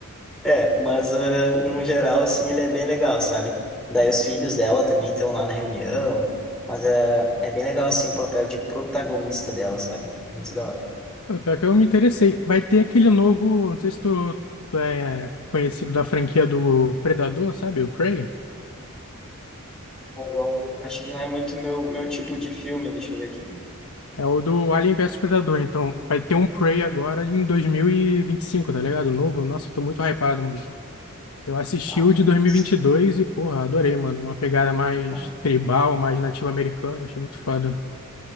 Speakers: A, in the centre; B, on the left.
A: É, mas ah, no geral, assim, ele é bem legal, sabe? Daí os filhos dela também estão lá na reunião, mas ah, é bem legal, assim, o papel de protagonista dela, sabe? Muito da hora.
B: Pô, pior que eu me interessei. Vai ter aquele novo... Não sei se tu, tu é é, conhecido da franquia do Predador, sabe? O Prey.
A: Eu acho que não é muito meu, meu tipo de filme, deixa eu ver aqui.
B: É o do Alien vs Predador. Então, vai ter um Prey agora em dois mil e e vinte e cinco tá ligado? Novo. Nossa, eu tô muito hypado, mano. Eu assisti
A: Ah,
B: o de 2022
A: nossa.
B: e, vinte e dois e, porra, adorei, mano. Uma pegada mais
A: É.
B: tribal, mais nativo-americana. Achei muito foda.